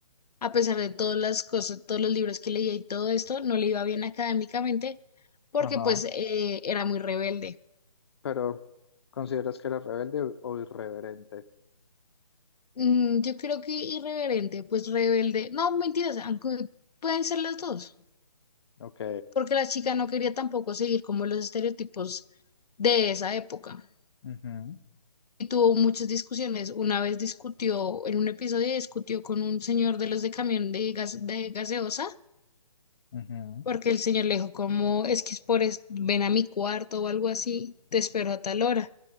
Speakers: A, on the left; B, on the left.
A: A pesar de todas las cosas, todos los libros que leía y todo esto, no le iba bien académicamente porque
B: ajá.
A: pues eh, era muy rebelde.
B: Pero, ¿consideras que era rebelde o o irreverente?
A: Mm, yo creo que irreverente, pues rebelde. No, mentiras, aunque pueden ser las dos,
B: Ok,
A: porque la chica no quería tampoco seguir como los estereotipos de esa época.
B: ujú,
A: Y tuvo muchas discusiones. Una vez discutió, en un episodio discutió con un señor de los de camión de gas, de gaseosa,
B: ujú,
A: porque el señor le dijo como, es que es por, es- ven a mi cuarto o algo así, te espero a tal hora.